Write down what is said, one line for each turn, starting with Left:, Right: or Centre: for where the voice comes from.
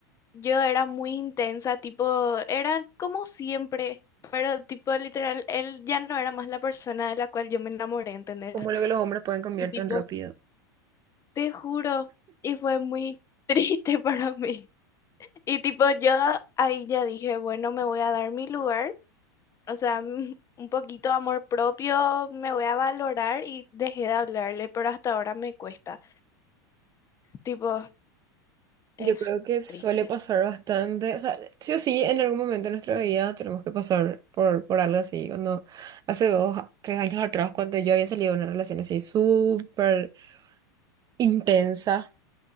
Left: Yo era muy intensa, tipo, era como siempre, pero tipo literal, él ya no era más la persona de la cual yo me enamoré, ¿entendés?
Right: Como lo que los hombres pueden cambiar
Left: Y tipo,
Right: tan rápido.
Left: te juro, y fue muy <laughs> triste para mí. Y tipo, yo ahí ya dije, bueno, me voy a dar mi lugar, o sea, mm, un poquito de amor propio, me voy a valorar y dejé de hablarle, pero hasta ahora me cuesta. Tipo, es
Right: Yo creo que suele
Left: triste.
Right: pasar bastante, o sea, sí o sí, en algún momento de nuestra vida tenemos que pasar por, por algo así. Cuando hace dos, tres años atrás, cuando yo había salido de una relación así súper intensa,